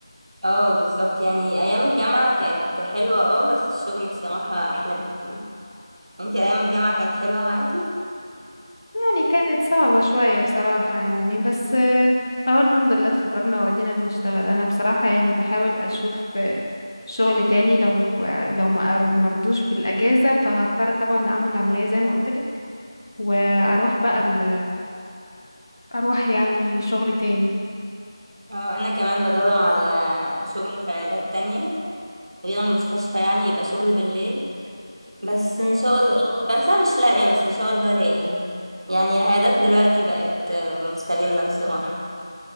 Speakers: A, on the right; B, on the left.
A: اه بالظبط يعني أيام الجامعة كانت حلوة اه بس الشغل بصراحة أحلى بكتير انتي أيام الجامعة كانت حلوة معاكي؟
B: يعني كانت صعبه شويه بصراحه يعني بس آه، اهو الحمد لله اتخرجنا وادينا بنشتغل انا بصراحه يعني بحاول اشوف شغل تاني لو لو ما قر- مرضوش بالاجازه فهضطر طبعا اعمل العمليه زي ما قلتلك واروح بقى ال... اروح يعني شغل تاني
A: اه أنا كمان بدور على شغل في عيادات تانية غير المستشفى يعني يبقى شغل بالليل بس
B: مم.
A: ان شاء الله يعني بس انا مش لاقيه بس ان شاء الله الاقي يعني العيادات دلوقتي بقت آه، مستغله بصراحه